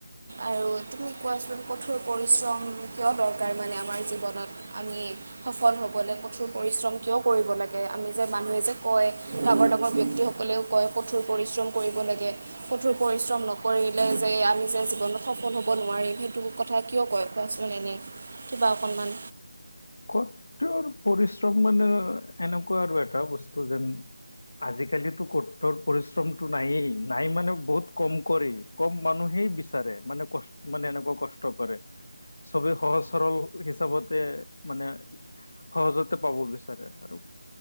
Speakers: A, on the right; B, on the left.
A: আৰু তুমি কোৱাচোন, কঠোৰ পৰিশ্ৰম কিয় দৰকাৰ মানে আমাৰ জীৱনত। আমি সফল হ'বলৈ কঠোৰ পৰিশ্ৰম কিয় কৰিব লাগে, আমি যে মানুহে যে কয় ডাঙৰ, ডাঙৰ ব্যক্তিসকলেও কয়, কঠোৰ পৰিশ্ৰম কৰিব লাগে, কঠোৰ পৰিশ্ৰম নকৰি যে আমি যে জীৱনত সফল হ'ব নোৱাৰিম, সেইটো কথা কিয় কয়, কোৱাচোন এনেই। কিবা অকণমান।
B: কঠোৰ পৰিশ্ৰম মানে এনেকুৱা আৰু এটা বস্তু যেন আজিকালিটো কঠোৰ পৰিশ্ৰমটো নাইয়েই, নাই মানে বহুত কম কৰে। কম মানুহেই বিচাৰে, মানে ক' মানে এনেকুৱা কষ্ট কৰে। চবে সহজ সৰল, হিচাপতে মানে, সহজতে পাব বিচাৰে আৰু।